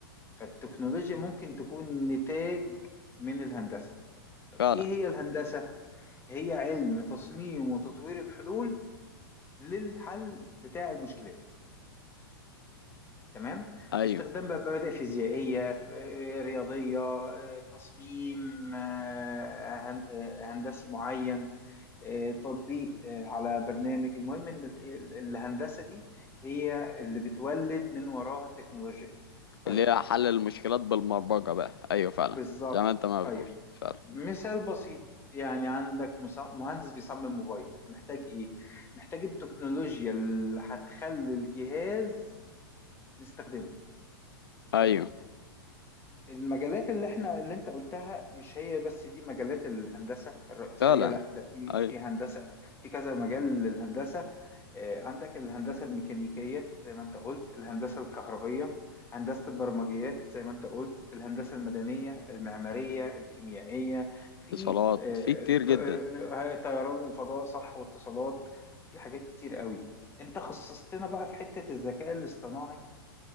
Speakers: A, on the left; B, on the left.
A: فالتكنولوجيا ممكن تكون نتاج من الهندسة
B: فعلا
A: ايه هي الهندسة؟ هي علم تصميم وتطوير الحلول للحل بتاع المشكلات تمام؟
B: ايوه
A: باستخدام بقى مبادئ فيزيائية ف- آه، رياضية آه، تصميم آه، هن- آه، هندسي معين آه، تطبيق آه، على برنامج المهم ان ال- ال- الهندسة دي هي اللي بتولد من وراها التكنولوجيا طيب
B: اللي هي حل المشكلات بالبرمجة بقى ايوه فعلا
A: بالظبط
B: زي ما انت ما
A: طيب
B: بتقول فعلا
A: مثال بسيط يعني عندك مس- مهندس بيصمم موبايل محتاج ايه محتاج التكنولوجيا اللي هتخلي الجهاز نستخدمه
B: ايوه
A: طيب المجالات اللي احنا اللي انت قلتها مش هي بس دي مجالات الهندسة الرئيسية
B: فعلا
A: لا ده في
B: ايوه
A: في هندسة في كذا مجال للهندسة آه، عندك الهندسة الميكانيكية زي ما انت قلت الهندسة الكهربية هندسة البرمجيات زي ما انت قلت الهندسة المدنية المعمارية الكيميائية في
B: اتصالات
A: آه،
B: في كتير
A: ف-
B: جدا
A: آه، طيران وفضاء صح واتصالات في حاجات كتير قوي انت خصصتنا بقى في حتة الذكاء الاصطناعي